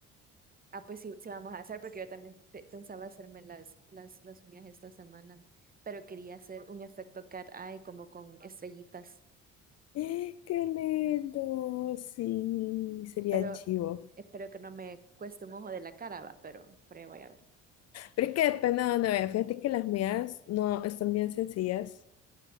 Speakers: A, on the right; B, on the left.
A: ah, pues sí, sí vamos a hacer, porque yo también pe- pensaba hacerme las, las, las uñas esta semana, pero quería hacer un efecto cat eye como con estrellitas.
B: Eh, qué lindo, sí, sería
A: Espero,
B: chivo.
A: espero que no me cueste un ojo de la cara, va, pero, pero ya voy a ver.
B: Pero es que depende de dónde vaya. Fíjate que las mías no están bien sencillas,